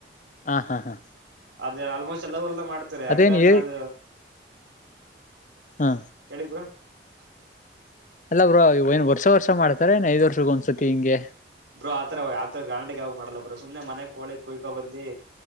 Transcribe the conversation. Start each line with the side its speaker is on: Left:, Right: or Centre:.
Left: ಹಾ ಹಾ ಹಾ
Right: ಅದ ಆಲ್ಮೋಸ್ಟ್ ಎಲ್ಲಾ ಊರಲ್ಲೂ ಮಾಡ ಮಾಡತಾರೆ ಹಂಗಾಗಿ
Left: ಅದೇನ್ ಹೇಳಿ
Right: ನಾನು
Left: ಹಾ
Right: ಹೇಳಿ ಬ್ರೋ. <inaudible>
Left: ಅಲ್ಲಾ ಬ್ರೋ ಇ ಏನ್ ವರ್ಷ ವರ್ಷ ಮಾಡ್ತಾರೆ ಏನ್ ಐದ ವರ್ಷಕ್ಕೆ ಒಂದ್ಸುತ್ತತಿ ಹಿಂಗೆ.
Right: ಬ್ರೋ ಆತರ ಆತರ ಗ್ರ್ಯಾಂಡ್ ಆಗಿ ಯಾವ್ದು ಮಾಡಲ್ಲ ಬ್ರೋ ಸುಮ್ನೆ ಮನೆ ಕೋಳಿ ಕುಯ್ಕೊ ಬಂದಿ.